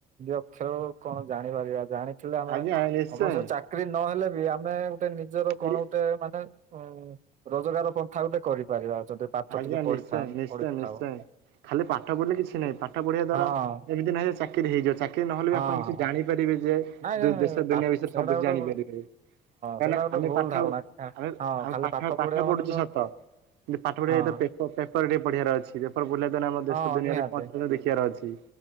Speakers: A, on the right; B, on the right.
A: ଅକ୍ଷର କଣ ଜାଣିପାରିବା ଜାଣି ଥିଲେ ଆମେ
B: ଆଜ୍ଞା ନିଶ୍ଚୟ
A: ଅବଶ୍ୟ ଚାକିରି ନହେଲେ ବି ଆମେ ଗୋଟେ ନିଜର କଣ
B: ଏଇ
A: ଗୋଟେ ମାନେ ଉଁ ରୋଜଗାର ପନ୍ଥା ଗୋଟେ କରିପାରିବା ଯଦି ପାଠ
B: ଆଜ୍ଞା
A: ଟିକେ ପଢିଥା
B: ନିଶ୍ଚୟ ନିଶ୍ଚୟ
A: ପଢିଥାଉ
B: ନିଶ୍ଚୟ ଖାଲି ପାଠ ପଢିଲେ କିଛି ନାହିଁ ପାଠ ପଢିବା ଦ୍ଵାରା
A: ହଁ ହଁ
B: ଏମିତି ନାହିଁ ଚା ଚାକିରି ହେଇଯାଉ ଚାକିରି ନହଲେ
A: ହଁ
B: ବି ଆପଣ କିଛି ଜାଣିପାରିବେ ଯେ
A: ନାଇଁ ନାଇଁ
B: ଦେଶ ଦୁନିଆ ବିଷୟରେ
A: ସେଇଟା
B: ସବୁକିଛି
A: ଗୋଟେ
B: ଜାଣିପାରିବେ।
A: ହଁ
B: କାହିଁକି
A: ସେଇଟା
B: ନା
A: ଗୋଟେ
B: ଆମେ
A: ଭୁଲ
B: ପାଠ
A: ଧାରଣା
B: ଆମେ
A: ହଁ
B: ଆମେ
A: ଖାଲି
B: ପାଠ ପାଠ
A: ପଢିବା ମାନେ
B: ପଢୁଛୁ
A: ନୁହଁ
B: ସତ କିନ୍ତୁ ପାଠ ପଢି
A: ହଁ
B: ପେପ ପେପର ଟିକେ ପଢ଼ିବାର ଅଛି ପେପର ପଢ଼ିଲା ଦ୍ୱାରା ଆମ ଦେଶ
A: ହଁ
B: ଦୁନିଆରେ
A: ନିହାତି
B: କଣ ଦେଖିବାର ଅଛି।